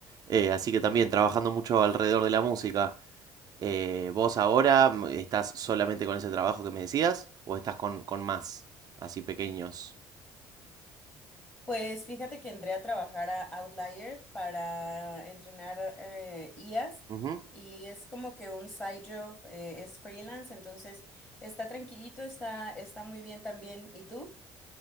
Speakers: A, on the right (about 45°); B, on the left (about 20°).
A: Eh, así que también trabajando mucho alrededor de la música. Eh, ¿vos ahora mm, estás solamente con ese trabajo que me decías o estás con, con más, así pequeños?
B: Pues fíjate que entré a trabajar a Outlier para entrenar eh, IAs
A: Ujú.
B: y es como que un side job, eh, es freelance, entonces está tranquilito, está, está muy bien también. ¿Y tú?